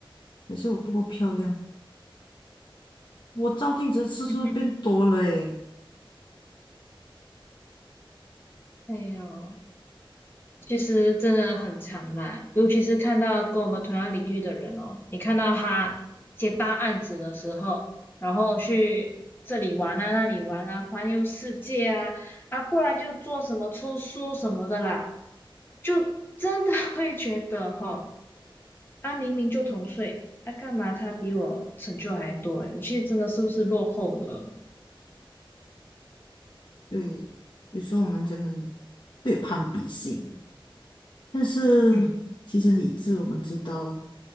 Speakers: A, on the left; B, on the left.
A: 还是我不够漂亮，我照镜子的次数变多了诶。
B: <laughs> 哎呦。其实真的很长啦，尤其是看到跟我们同样领域的人哦，你看到他接大案子的时候，然后去这里玩啊，那里玩啊，环游世界啊，啊，不然就做什么出书什么的啦，就真的 <laughs> 会觉得哈、哦啊，明明就同岁，啊，干嘛他比我成就还多诶，我其实真的是不是落后了？
A: 对，有时候我们真的会有攀比心，但是其实理智我们知道，
B: 嗯。